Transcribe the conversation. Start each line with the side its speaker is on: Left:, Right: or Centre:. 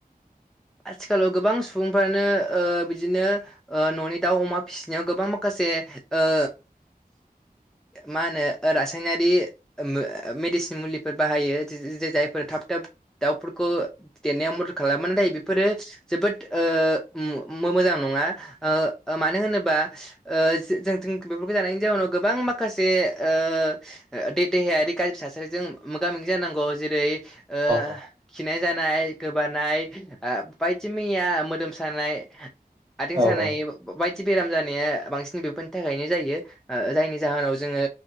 Centre: आथिखालाव गोबां सुबुंफ्रानो ओ बिदिनो न'नि दाउ अमा फिसिनायाव गोबां माखासे से ओ
Right: <inaudible>
Centre: मा होनो रासायनारि ओ मेडिसिन मुलिफोर बाहायो जे-जायफोर थाब थाब दाउफोरखौ देनायाव मदद खालामो नाथाय बेफोरो जोबोद ओ मो-मोजां नङा मानो होनोबा ओ जों बेफोरखौ जानायनि जाउनाव गोबां माखासे ओ देहायारि गाज्रि थासारिजों मोगा मोगि जानांगौ जेरै ओ
Right: औ
Centre: खिनाय जानाय गोबानाय ओ बायदि मैया मोदोम सानाय आथिं
Right: औ
Centre: सानाय बायदि बेराम जानाया बांसिन बेफोरनि थाखायनो जायो जायनि जाहोनाव जोङो